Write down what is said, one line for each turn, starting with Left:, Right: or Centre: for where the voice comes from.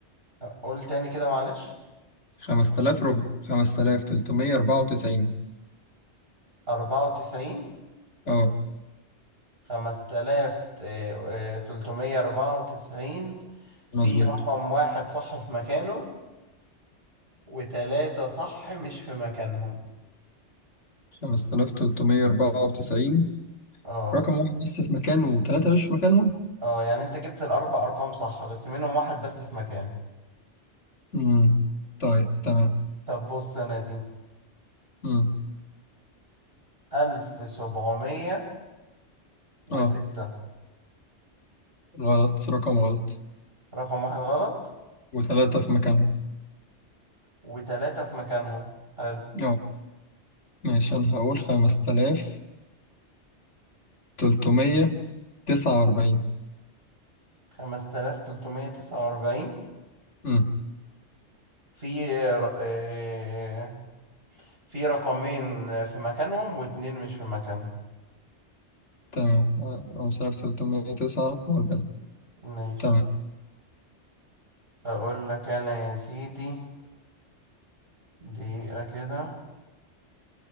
Right: قول تاني كده معلش
Left: خمسة آلاف رب خمسة آلاف تلتمية اربعة وتسعين
Right: أربعة وتسعين
Left: اه
Right: خمسة آلاف تلتمية أربعة وتسعين في
Left: مظبوط
Right: رقم واحد صح في مكانه وتلاتة صح مش في مكانهم
Left: خمسة آلاف تلتمية اربعة وتسعين
Right: اه
Left: رقم واحد بس في مكانه وثلاثة مش في مكانهم
Right: اه يعني انت جبت الأربع أرقام صح بس منهم واحد بس في مكانه
Left: مم. طيب تمام
Right: طب بص أنا دي
Left: امم
Right: ألف سبعمية وستة
Left: اه غلط رقم غلط
Right: رقم واحد غلط
Left: وثلاثة في مكانها
Right: وتلاتة في مكانهم حلو
Left: اه ماشي انا هقول خمسة آلاف تلتمية تسعة وأربعين
Right: خمسة آلاف تلتمية تسعة وأربعين
Left: امم
Right: في ر- آه، في رقمين في مكانهم واتنين مش في مكانهم
Left: تمام آه، خمسة آلاف تلتمية تسعة وأربعين
Right: ماشي
Left: تمام
Right: أقول لك أنا يا سيدي دقيقة كده